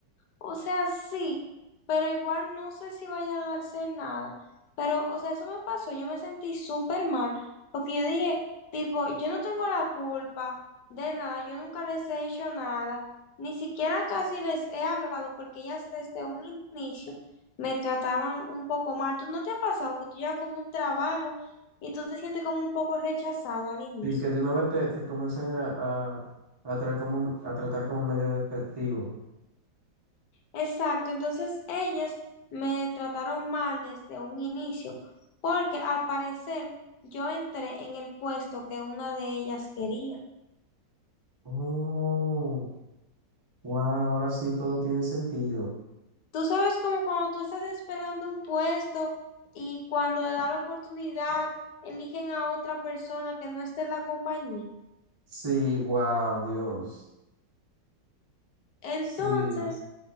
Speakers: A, on the left; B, on the right.
A: O sea, sí, pero igual no sé si vayan a hacer nada. Pero, o sea, eso me pasó, yo me sentí súper mal, porque yo dije, tipo, yo no tengo la culpa de nada, yo nunca les he hecho nada, ni siquiera casi les he hablado, porque ellas desde un inicio me trataban un poco mal. ¿Tú no te ha pasado que tú llevas como un trabajo y tú te sientes como un poco rechazado al inicio?
B: Sí, que de una vez te, te comienzan a, a, a, tratar como, a tratar como medio efectivo.
A: Exacto, entonces ellas me trataron mal desde un inicio, porque al parecer yo entré en el puesto que una de ellas quería.
B: Oh, wow, ahora sí todo tiene sentido.
A: Tú sabes como cuando tú estás esperando un puesto y cuando le da la oportunidad, eligen a otra persona que no esté en la compañía.
B: Sí, wow, Dios.
A: Entonces,
B: Sí.